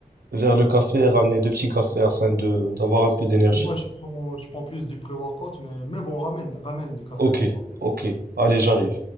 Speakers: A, on the right (about 85°); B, on the left (about 35°).
A: vers le café et ramener deux petits cafés afin de d'avoir un peu d'énergie.
B: Moi, je prends, je prends plus du pré-workout, mais, mais bon, ramène, ramène du café
A: Ok,
B: avec toi.
A: ok, allez, j'arrive.